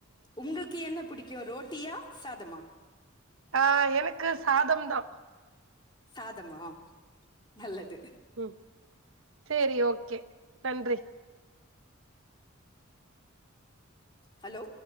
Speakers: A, on the left; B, on the right.
A: உங்களுக்கு என்ன புடிக்கு ரோட்டியா சாதமா
B: ஆஹ் எனக்கு சாதம்தா
A: சாதமா நல்லது
B: உம் செரி ஓகே நன்றி
A: ஹலோ